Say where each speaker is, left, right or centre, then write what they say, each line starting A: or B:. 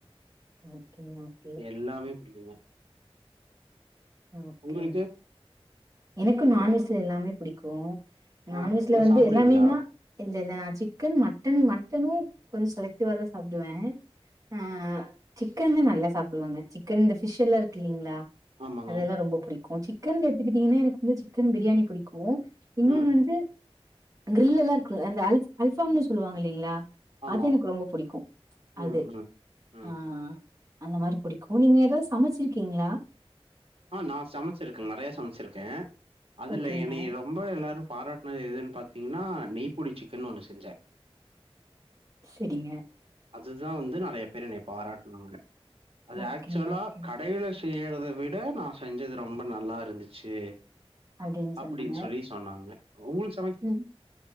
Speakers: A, on the right; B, on the right.
A: ஓகேங்க ஓகே
B: இது எல்லாமே புடிக்குங்க
A: ஓகே
B: உங்களுக்கு
A: எனக்கு நான்வெஜ்ல எல்லாமே புடிக்கு நான்வெஜ்ல
B: ஆ எல்லா
A: வந்து
B: சாப்பிடுவீங்களா
A: எல்லாமேன்னா இல்லல்ல நா சிக்கன் மட்டன் மட்டனு கொஞ்ச செலக்டிவா தா சாப்டுவே ஆ சிக்கன் தா நல்லா சாப்டுவாங்க சிக்கன் இந்த ஃபிஷ் எல்லா இருக்கு இல்லைங்ளா
B: ஆமாங்க
A: அதல்லா ரொம்ப புடிக்கு சிக்கன் எடுத்துக்கிட்டிங்கன்னா எனக்கு வந்து சிக்கன் பிரியாணி புடிக்கு இன்னொன்னு
B: ம்
A: வந்து கிரில் எல்லா இருக்குல அந்த அல் அல்பாஃங்குன் சொல்லுவாங்க இல்லிங்ளா
B: ஆமா
A: அது எனக்கு ரொம்ப புடிக்கு
B: ம்
A: அது
B: ம் ம்
A: ஆ அந்த மாரி புடிக்கு நீங்க ஏதா சமச்சிருக்கீங்ளா
B: ஆ நா சமச்சிருக்கே நெறைய சமச்சிருக்கே அதுல
A: ஓகேங்க
B: என்னைய ரொம் ரொம்ப எல்லாரு பாராட்னது எதுன் பார்த்தீங்கன்னா நெய் பொடி சிக்கன்னு ஒன்னு செஞ்சே
A: செரிங்க
B: அதுதா வந்து நெறைய பேர் என்னைய பாராட்டுனாங்க அது
A: ஓகேங்க
B: ஆக்சுவலா
A: ஓகே
B: கடையில செய்றத விட நா செஞ்சது ரொம்ப நல்லா இருந்துச்சு
A: அப்டின்னு
B: அப்டின்
A: சொன்னாங்க
B: சொல்லி சொன்னாங்க உங்ளுக்
A: ம்